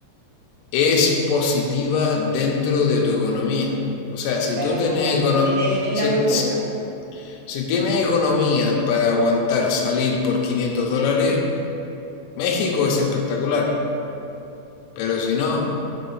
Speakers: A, on the left (about 80°); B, on the right (about 80°).
A: es positiva dentro de tu economía. O sea, si
B: Claro,
A: tú tienes,
B: como el,
A: econo
B: en el, en
A: si,
B: la burbuja,
A: si, si tienes economía para aguantar salir por 500 dólares, México es espectacular. Pero si no,